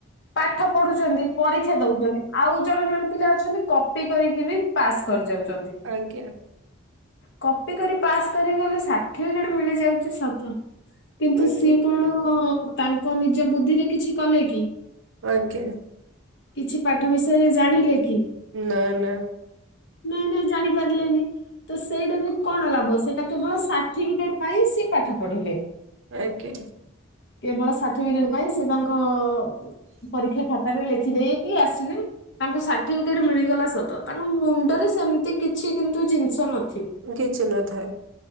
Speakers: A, on the left; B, on the right.
A: ପାଠ ପଢୁଛନ୍ତି ପରୀକ୍ଷା ଦଉଛନ୍ତି ଆଉ ଜଣେ ଜଣେ ପିଲା ଅଛନ୍ତି କପି କରିକି ବି ପାସ୍ କରି ଯାଉଛନ୍ତି।
B: ଆଜ୍ଞା।
A: କପି କରି ପାସ୍ କରି ଗଲେ ସାର୍ଟିଫିକେଟ ମିଳିଯାଉଛି ସତ। କିନ୍ତୁ
B: ଆଜ୍ଞା
A: ସିଏ କଣ ତାଙ୍କ ନିଜ ବୁଦ୍ଧିରେ କିଛି କଲେ କି?
B: ଆଜ୍ଞା।
A: କିଛି ପାଠ ବିଷୟରେ ଜାଣିଲେ କି?
B: ନା ନା।
A: ନାଇଁ ନାଇଁ ଜାଣି ପାରିଲେନି। ତ ସେଇଟାରେ କଣ ଲାଭ ସେଇଟା କେବଳ ସାର୍ଟିଫିକେଟ ପାଇଁ ସେ ପାଠ ପଢିଲେ।
B: ଆଜ୍ଞା।
A: କେବଳ ସାର୍ଟିଫିକେଟ ପାଇଁ ସେ ତାଙ୍କ ଅ ପରୀକ୍ଷା ଖାତାରେ ଲେଖି ଦେଇକି ଆସିଲେ। ତାଙ୍କୁ ସାର୍ଟିଫିକେଟ ମିଳିଗଲା ସତ ତାଙ୍କ ମୁଣ୍ଡରେ ସେମତି କିଛି କିନ୍ତୁ ଜିନିଷ ନ-
B: କିଛି ନଥାଏ।